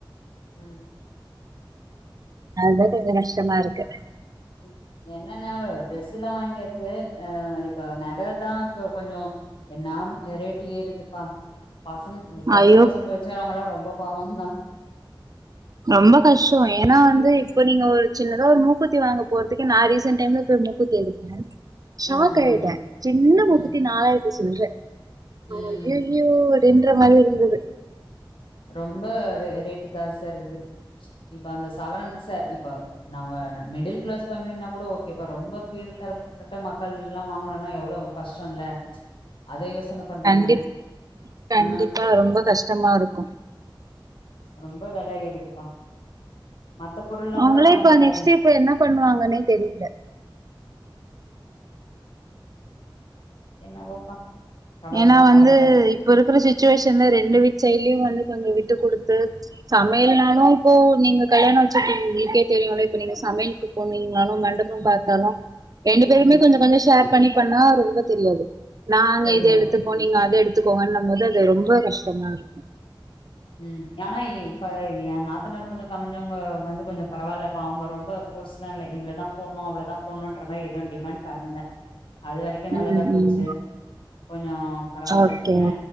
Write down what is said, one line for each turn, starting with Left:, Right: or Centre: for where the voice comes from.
Left: ம்
Right: அதுதா கொஞ்சோ கஷ்டமா இருக்கு
Left: ம் என்னன்னா ட்ரெஸுலா வாய்ங்யாச்சு அ இப்ப நகதா இப்ப கொஞ்சோ என்னாம் அ ரேட்டு ஏறுதுப்பா பசங் இந்த பொம்பள
Right: ஐயோ
Left: பசங்க வச்சறவுங்குளா ரொம்ப பாவந்தா
Right: ரொம்ப கஷ்டோ ஏனா வந்து இப்ப நீங்க ஒரு சின்னதா ஒரு மூக்கூத்தி வாங்க போறதுக்கே நா ரீசன் டைம்ல போய் மூக்கூத்தி எடுத் த ஷாக்
Left: ஆ ஆ ம்
Right: ஆய்ட்ட சின்ன மூக்குத்தி
Left: ம்
Right: நாலாய்ர்த்தி சில்ற அ
Left: ம்
Right: ஐய யோ அப்டின்ற மாரி இருந்தது
Left: ரொம்ப ரேட்டு தாஸ்தியா இருக்குது இப்ப அந்த சவரன்ஸ்ஸ இப்ப நம்ம ந மிடில் கிளாஸ் ஃபேமிலின்னா கூடோ இப்ப ரொம்ப கீழ்த்தர பட்ட மக்கள்லா வாங்கணுனா எவுளோ கஷ்டோல அத யோசன பண்றே
Right: கண்டிப்
Left: நானு
Right: கண்டிப்பா
Left: ஆ
Right: ரொம்ப கஷ்டமா இருக்கு
Left: ரொம்ப வெல ஏறுதுப்பா மத்த பொருள்லா
Right: அவங்களே
Left: கூட வாங்கிர்லா
Right: இப்ப நெக்ஸ்ட்
Left: என்
Right: இப்ப என்ன பண்ணுவாங்கனே தெரில
Left: என்னவோப்பா கடவுள்
Right: ஏனா
Left: தா
Right: வந்து
Left: வழிகாட்டு
Right: இப்ப இருக்கிற சுச்சுவேஷன்ல ரெண்டு வீட் சைலியு வந்து கொஞ்சோ விட்டு குடுத்து சமைல்னாலு இப்போ நீங்க கல்யாணோ வச்சிருக்கீங்க உங்களுக்கே தெரியுல இப்ப நீங்க சமைல்க்கு போனீங்னாலு மண்டபோ பாத்தாலு ரெண்டு பேருமே
Left: ம்
Right: கொஞ்சோ கொஞ்சோ ஷேர் பண்ணி பண்ணா ரொம்ப தெரியாது நாங்க
Left: தெரியாது
Right: இப்போ நீங்க அத எடுத்துக்கோங்கன்னமோது அது ரொம்ப கஷ்டமா இருக்கு
Left: ம் ஆனா இப்ப என் நாத்தனார் பொண்ணுக்கு அமஞ்சவ்ங்க வந்து கொஞ்சோ பரவால்லப்பா அவ்ங்க ரொம்ப போர்ஸ்லா இல்ல இவ்ளதா போட்ணு அவுளதா போண்ணுன்ற மாரி எது டிமாண் பண்ல அது வரைக்கு நல்லதா
Right: ம்,
Left: போச்சு
Right: ம்.
Left: கொஞ்சோ பரவால்ல
Right: ஓகே.
Left: ஏனா